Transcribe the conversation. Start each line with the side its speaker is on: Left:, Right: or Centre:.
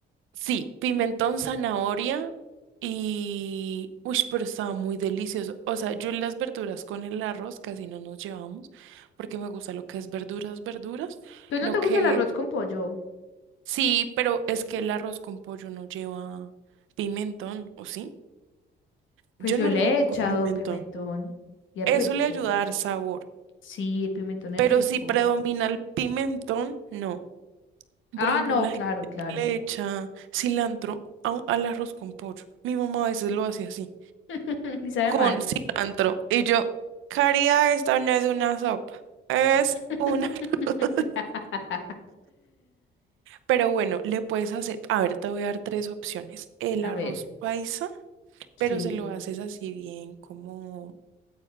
Right: Sí, pimentón, zanahoria y... Uy, pero estaba muy delicioso. O sea, yo las verduras con el arroz casi no nos llevamos porque me gusta lo que es verduras, verduras.
Left: ¿Pues no
Right: Lo
Left: te
Right: que...
Left: gusta el arroz con pollo?
Right: Sí, pero es que el arroz con pollo no lleva pimentón, ¿o sí?
Left: Pues
Right: Yo
Left: yo
Right: no
Left: le
Right: lo hago
Left: he echado
Right: con pimentón.
Left: pimentón y es
Right: Eso
Left: rico.
Right: le ayuda a dar sabor.
Left: Sí, el pimentón es
Right: Pero
Left: rico.
Right: si predomina el pimentón, no.
Left: Ah,
Right: Por ejemplo,
Left: no,
Right: la
Left: claro,
Right: gente
Left: claro.
Right: que le echa cilantro a un- al arroz con pollo. Mi mamá a veces lo hace así,
Left: <laughs> Y sabe
Right: con
Left: mal.
Right: cilantro. Y yo, Caría, esta no es una sopa, es
Left: <laughs>
Right: una... <laughs> Pero bueno, le puedes hacer, a ver, te voy a dar tres opciones. El
Left: A
Right: arroz
Left: ver,
Right: paisa,
Left: sí.
Right: pero se lo haces así bien como,